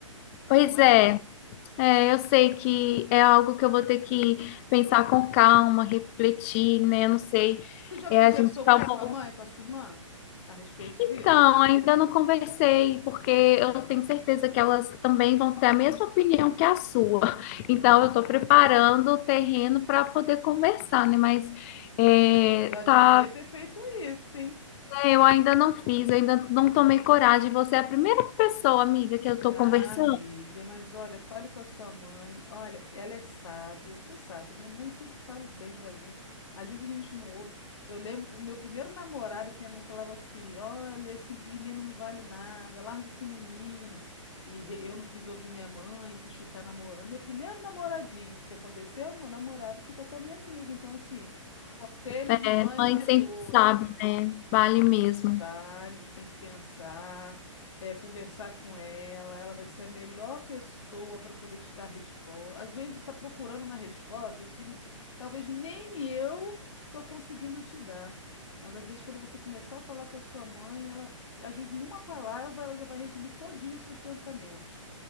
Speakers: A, on the left; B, on the left.
A: pois
B: não é?
A: é. É, eu sei que é algo que eu vou ter que pensar com calma, refletir, né? Eu não sei.
B: Você já
A: É,
B: conversou
A: a gente tá
B: com a
A: um
B: sua
A: pouco.
B: mãe, com a sua irmã a respeito disso?
A: Então, ainda não conversei, porque
B: Hum.
A: eu tenho certeza que elas também vão ter a mesma opinião que a sua. <laughs>
B: Hum,
A: Então, eu estou preparando o terreno para poder conversar, né? Mas é,
B: já devia
A: tá,
B: ter feito isso, hein?
A: eu ainda não fiz, eu ainda não tomei coragem. Você é a primeira pessoa, amiga, que eu estou
B: Ah,
A: conversando.
B: amiga, mas olha, fale com a sua mãe. Olha, ela é sábia, você sabe, né? Mãe sempre fala o bem pra gente. Às vezes a gente não ouve. Eu lembro o meu primeiro namorado que minha mãe falava assim: Olha, esse menino não vale nada, larga esse menino. E re- eu não quis ouvir minha mãe, quis ficar namorando. Meu primeiro namoradinho, o que que aconteceu? Meu namorado ficou com a minha amiga. Então, assim, conselho
A: É,
B: de mãe
A: mãe
B: vale
A: sempre
B: ouro.
A: sabe, né? Vale mesmo.
B: Cons- Vale, você tem que pensar, é, conversar com ela, ela vai ser a melhor pessoa para poder te dar resposta. Às vezes você está procurando uma resposta que n- talvez nem eu estou conseguindo te dar. Mas às vezes quando você começar a falar com a sua mãe, ela, às vezes em uma palavra, ela já vai resumir todinho os seus pensamentos